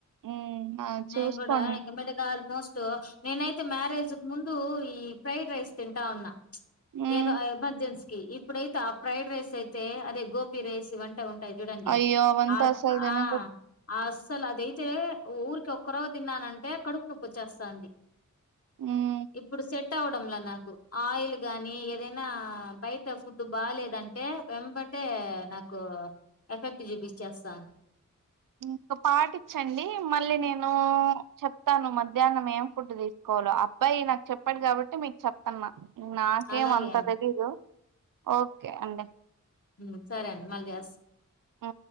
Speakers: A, on the right; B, on the left.
A: ఉమ్ ఆ
B: న
A: చూసుకోండి
B: కూడా ఇంగ మట కాల్ మోస్ట్ నేనైతే మ్యారేజ్ క ముందు ఈ ఫ్రైడ్ రైస్ తింటా ఉన్నా
A: ఉమ్
B: ఏదో ఎమర్జెన్స ఇప్పుడైతే ఆ ఫ్రైడ్ రైస్ అయితే అదే గోపి రైస్ వంటి అ ఉంటాయి చూడండి
A: అయ్యో అవంతా
B: అ
A: అసలు తినకూడదు
B: ఆ అ అసలు అదయితే ఊరికి ఒక్కరవ తిన్నానంటే కడుపు నొప్పి వచ్చేస్తాండి
A: ఉమ్
B: ఇప్పుడు సెట్ వడం నాకు ఆయిల్ గాని ఏదైనా బయట ఫుడ్ బాలేదంటే వెంబట్ అతే నాకు ఎఫెక్ట్ చిప్స్ చేస్తాంది
A: ఇంక పాటిచ్చండి మళ్ళీ నేను చెప్తాను మధ్యాహ్నం ఏం ఫుడ్ తీసుకోవాలో అబ్బాయి నాకు చెప్పాడు కాబట్టి మీకు చెప్తున్న నాకేం
B: అలాగే
A: అంత
B: అండి
A: తెలీదు ఒకే అండి
B: హమ్ సరే అండి మళ్ళీ చేస్త
A: ఆ